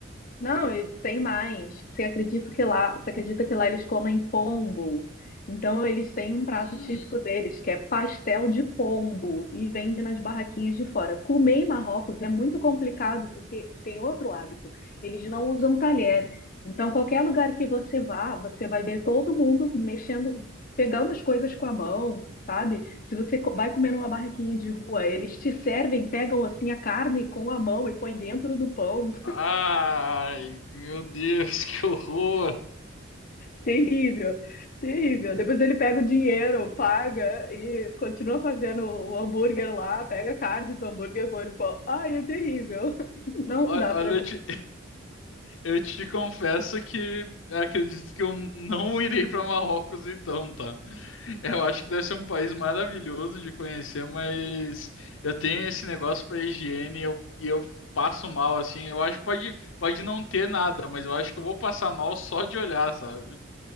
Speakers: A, on the left; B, on the left.
A: Não, e tem mais. Você acredita que lá, você acredita que lá eles comem pombo? Então eles têm um prato
B: Hum.
A: típico deles, que é pastel de pombo, e vende nas barraquinhas de fora. Comer em Marrocos é muito complicado, porque tem outro hábito. Eles não usam talher. Então, qualquer lugar que você vá, você vai ver todo mundo mexendo, pegando as coisas com a mão, sabe? Se você co- vai comer numa barraquinha de rua, eles te servem, pegam assim a carne com a mão e põem dentro do pão.
B: Ai, meu Deus, <laughs> que horror!
A: Terrível, terrível. Depois ele pega o dinheiro, paga e continua fazendo o hambúrguer lá, pega a carne do hambúrguer, e põe no pão. Ai, é terrível. <laughs> Não
B: Ó-
A: dá
B: Olha,
A: para
B: eu te, eu te confesso que acredito que eu não irei para Marrocos então, tá? Eu acho que deve ser um país maravilhoso de conhecer, mas eu tenho esse negócio para higiene e eu, e eu passo mal, assim. Eu acho que pode, pode não ter nada, mas eu acho que eu vou passar mal só de olhar, sabe?